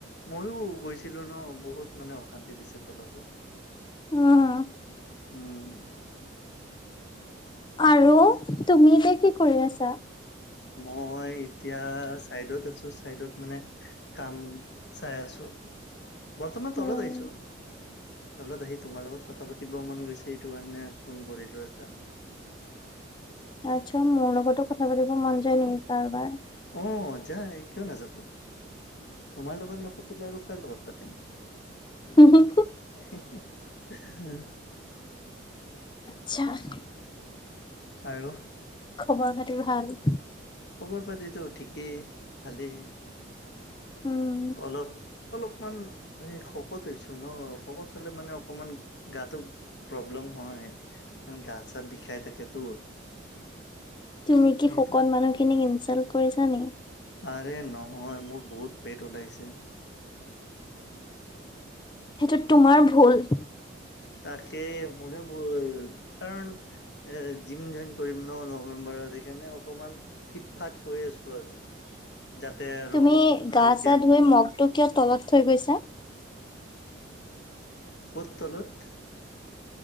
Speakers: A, on the left; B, on the left.
A: মইও গৈছ ছিলো ন, বহুত মানে অশান্তি দিছে তলাতো।
B: উম, হু।
A: উম,
B: আৰু তুমি এতিয়া কি কৰি আছা?
A: মই এতিয়া চাইডত আছোঁ, চাইডত মানে কাম চাই আছোঁ। বৰ্তমান তলত
B: উম
A: আহিছোঁ। তলত আহি তোমাৰ লগত কথা পাতিব মন গৈছে, এইটো কাৰণে ফোন কৰিলোঁ এটা।
B: আচ্ছা, মোৰ লগতো কথা পাতিব মন যায় নেকি কাৰবাৰ।
A: অ', যায় কিয় নাযাব। তোমাৰ লগত নাপাতিলে আৰু কাৰ লগত পাতিম।
B: <unintelligible>
A: <unintelligible>
B: <unintelligible>
A: আৰু,
B: খবৰ খাতি ভাল?
A: খবৰ পাতিতো ঠিকেই-ভালেই।
B: উম
A: অলপ-অলপমান এই শকত হৈছো ন, শকত হ'লে মানে অকমান গাটো প্ৰব্লেম হয়, <unintelligible> গা চা বিষাই থাকেতো।
B: তুমি কি
A: সেইটো
B: সকত মানুহখিনিক ইনচাল্ট কৰিছা নেকি?
A: আৰে নহয় মোৰ বহুত পেট ওলাইছে।
B: সেইটো তোমাৰ ভুল।
A: তাকে মোৰে ভুল কাৰণ এ, জিম জইন কৰিম ন নৱেম্বৰত, সেইকাৰণে অকমান ফিট ফাত হৈ আছোঁ আৰু। যাতে আৰু
B: তুমি গা
A: ভালকে
B: চা <inaudible> কিয় তলত থৈ গৈছা?
A: ক'ত তলত?